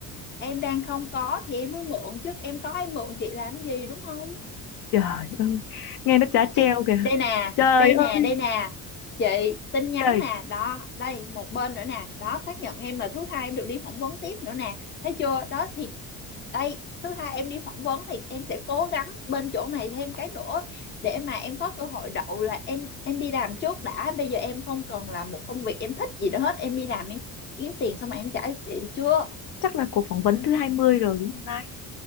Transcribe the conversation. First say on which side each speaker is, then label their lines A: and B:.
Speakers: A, on the left; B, on the left.
A: em đang không có thì em mới mượn chứ em có em mượn chị làm gì đúng không
B: trời ơi nghe nó chả
A: đây
B: treo kìa
A: đây nè
B: trời
A: đây
B: ơi
A: nè đây nè chị tin nhắn
B: trời
A: nè đó đây một bên nữa nè đó xác nhận em là thứ hai em được đi phỏng vấn tiếp nữa nè thấy chưa đó thì đây thứ hai em đi phỏng vấn thì em sẽ cố gắng bên chỗ này thêm cái nữa để mà em có cơ hội đậu là em em đi làm trước đã bây giờ em không cần làm một công việc em thích gì nữa hết em đi làm em kiếm tiền xong rồi em trả cho chị được chưa
B: chắc là cuộc phỏng vấn thứ 20 rồi đúng không